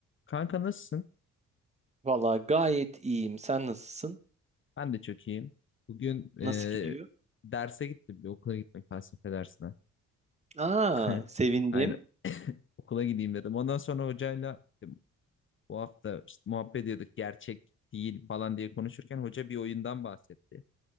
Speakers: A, on the left; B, on the right.
A: Kanka nasılsın?
B: Valla gayet iyiyim. Sen nasılsın?
A: Ben de çok iyiyim. Bugün eee,
B: Nasıl gidiyor?
A: derse gittim. Bir okula gittim felsefe dersine.
B: Aa,
A: <laughs>
B: sevindim.
A: Aynen okula gideyim dedim. Ondan sonra hocayla işte bu hafta işte muhabbet ediyorduk. Gerçek değil falan diye konuşurken hoca bir oyundan bahsetti.